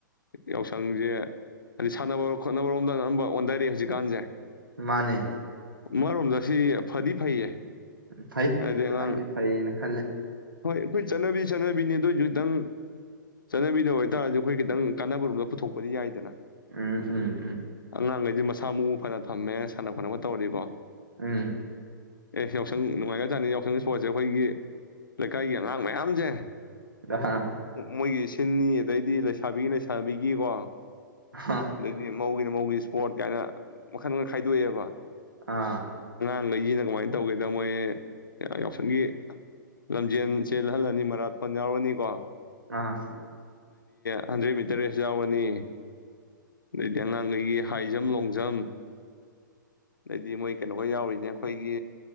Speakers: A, on the left; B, on the right.
A: ꯌꯥꯎꯁꯪꯁꯦ ꯑꯗꯩ ꯁꯥꯟꯅꯕ ꯈꯣꯠꯅꯕꯔꯣꯝ ꯑꯉꯝ ꯑꯉꯝꯕ ꯑꯣꯟꯊꯔꯤ ꯍꯧꯖꯤꯛꯀꯥꯟꯁꯦ
B: ꯃꯥꯅꯦ
A: ꯑꯃꯔꯣꯝꯗ ꯁꯤ ꯐꯗꯤ ꯐꯩꯌꯦ
B: ꯐꯩ
A: ꯍꯥꯏꯗꯤ ꯑꯉꯥꯡ
B: ꯑꯩꯁꯨ ꯐꯩꯌꯦꯅ ꯈꯜꯂꯦ
A: ꯍꯣꯏ ꯑꯩꯈꯣꯏ ꯆꯠꯅꯕꯤ ꯆꯠꯅꯕꯤꯅꯤ ꯑꯗꯨ ꯑꯣꯏꯁꯨ ꯈꯤꯇꯪ ꯆꯠꯅꯕꯤꯗ ꯑꯣꯏꯇꯥꯔꯁꯨ ꯑꯩꯈꯣꯏ ꯈꯤꯇꯪ ꯀꯥꯟꯅꯕꯔꯣꯝꯗ ꯄꯨꯊꯣꯛꯄꯗꯤ ꯌꯥꯏꯗꯅ
B: ꯎꯝ ꯎꯝ
A: ꯑꯉꯥꯡ ꯉꯩꯗꯤ ꯃꯁꯛ ꯁꯥ ꯃꯎ ꯐꯅ ꯊꯝꯃꯦ ꯁꯥꯟꯅꯕ ꯈꯣꯠꯅꯕ ꯇꯧꯔꯗꯤꯀꯣ
B: ꯎꯝ
A: ꯑꯦ ꯌꯥꯎꯁꯪ ꯅꯨꯡꯉꯥꯏꯒ꯭ꯔꯖꯥꯠꯅꯤ ꯌꯥꯎꯁꯪꯒꯤ ꯏ꯭ꯁꯄꯣꯔꯠ ꯁꯦ ꯑꯩꯈꯣꯏꯒꯤ ꯂꯩꯀꯥꯏꯒꯤ ꯑꯉꯥꯡ ꯃꯌꯥꯝꯖꯦ꯫
B: ꯑꯥ
A: ꯃꯣꯏꯒꯤꯁꯤ ꯁꯤꯟꯅꯤ ꯑꯗꯩꯗꯤ ꯂꯩꯁꯥꯕꯤꯒꯤ- ꯂꯩꯁꯥꯕꯤꯒꯤꯀꯣ
B: ꯍꯥꯥ
A: ꯑꯗꯩꯗꯤ ꯃꯧꯒꯤꯅ- ꯃꯧꯒꯤ ꯏ꯭ꯁꯄꯣꯔꯠ ꯀꯥꯏꯅ ꯃꯈꯟ-ꯃꯈꯜ ꯈꯥꯏꯗꯣꯛꯑꯦꯕ
B: ꯑꯥ
A: ꯑꯗꯒꯤ ꯀꯃꯥꯏꯅ ꯇꯧꯒꯦꯗ ꯃꯣꯏ ꯌꯥꯎꯁꯪꯒꯤ ꯂꯝꯖꯦꯜ ꯆꯦꯜꯍꯜꯂꯅꯤ ꯃꯔꯥꯠꯊꯣꯟ ꯌꯥꯎꯔꯅꯤꯀꯣ
B: ꯑꯥ
A: ꯍꯟꯗ꯭ꯔꯦꯠ ꯃꯤꯇ꯭ꯔ ꯔꯦꯁ ꯌꯥꯎꯋꯦ ꯑꯅꯤ ꯑꯗꯨꯗꯤ ꯑꯉꯥꯡꯒꯩꯒꯤ ꯍꯥꯏ ꯖꯝ ꯂꯣꯡ ꯖꯝ ꯑꯗꯩꯗꯤ ꯃꯣꯏ ꯀꯩꯅꯣꯒ ꯌꯥꯎꯔꯤꯅꯦ ꯑꯩꯈꯣꯏꯒꯤ